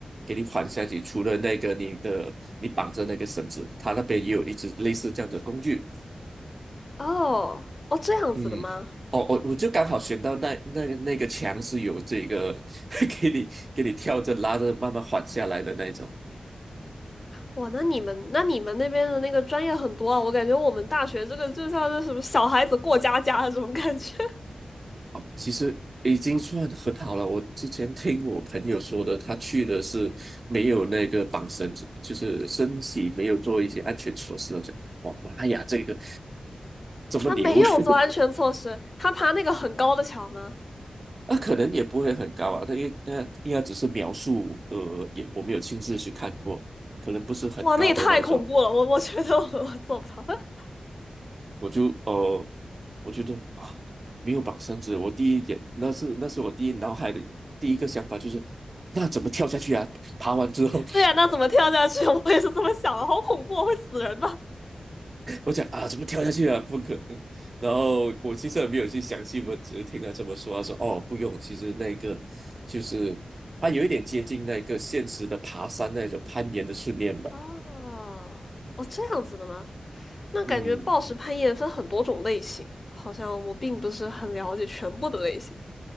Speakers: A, on the right; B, on the left.
A: 给你缓下去。除了那个你的你绑着那个绳子，他那边也有一只类似这样的工具。
B: <laughs> 哦哦，这样子的吗？
A: 嗯，哦，我我就刚好选到那那个那个墙是有这个 <laughs> 给你给你跳着拉着慢慢缓下来的那一种。
B: 哇，那你们那你们那边的那个专业很多啊，我感觉我们大学这个就像是什么小孩子过家家 <laughs> 的这种感觉，
A: 其实已经算很好了。我之前听我朋友说的，他去的是没有那个绑绳子，就是身体没有做一些安全措施，我就我妈呀，这个
B: <laughs>
A: 怎么牛！
B: 他没有做安全措施，
A: <laughs>
B: 他爬那个很高的墙吗？
A: 那可能也不会很高啊，他应呃应该只是描述，呃，也我没有亲自去看过，可能不是很高的那一种。
B: 哇，那也太恐怖了，我我觉得我我做不到。<laughs>
A: 我就呃，我觉得啊，没有绑绳子，我第一点那是那是我第一脑海的第一个想法就是，那怎么跳下去啊？爬完之后。
B: 对呀、那怎么跳下去？<laughs> 我也是这么想的，好恐怖啊，会死人吧？
A: 我讲啊，怎么跳下去啊？不可能。然后我其实也没有去详细，问，只是听他这么说。他说哦，不用，其实那个就是它有一点接近那个现实的爬山那种攀岩的训练吧。
B: <laughs> 哦，哦，这样子的吗？那感觉暴食攀岩分很多种类型，
A: 嗯，
B: 好像我并不是很了解全部的类型，